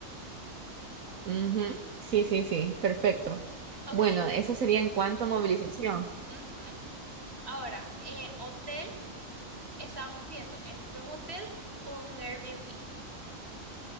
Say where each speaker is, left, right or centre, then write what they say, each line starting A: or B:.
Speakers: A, on the right; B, on the right.
A: Ujú, Sí, sí, sí, perfecto.
B: Ok,
A: Bueno,
B: en-
A: eso sería en cuanto a movilización.
B: ujú. Ahora, eh, hotel. Estábamos viendo entre un hotel o un Airbnb.